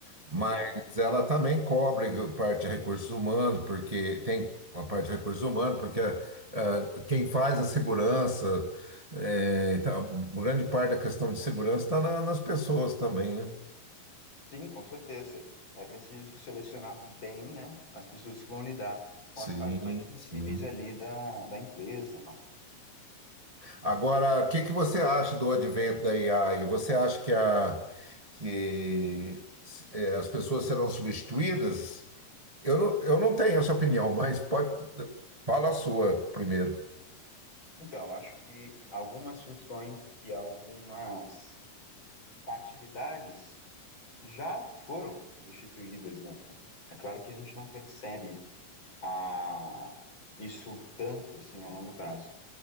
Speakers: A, on the right; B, on the left.
A: Mas
B: exato.
A: ela também cobre a parte de recursos humanos, porque tem a parte de recursos humanos, porque ah, quem faz a segurança, é, então, grande parte da questão de segurança está na- nas pessoas também, né?
B: Sim, com certeza. É preciso selecionar bem, né, as pessoas que vão lidar com
A: Sim,
B: as partes mais sensíveis
A: sim.
B: ali da, da empresa, né?
A: Agora, o que que você acha do advento da AI? Você acha que, a, que eh, as pessoas serão substituídas? Eu não, eu não tenho essa opinião, mas pode fala a sua primeiro.
B: Então, eu acho que algumas funções e algumas atividades já foram substituídas, né? É claro que a gente não percebe a... isso tanto, assim, a longo prazo.